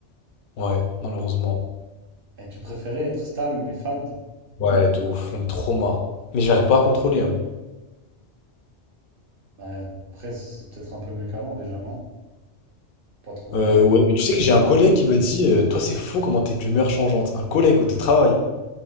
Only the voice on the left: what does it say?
Ouais, malheureusement.
Ouais, de ouf, un trauma. Mais j'arrive pas à contrôler, hein.
Euh,
ouais, mais
tu
sais que j'ai un collègue qui m'a dit, euh, toi c'est fou comment t'es d'humeur changeante. Un collègue de travail.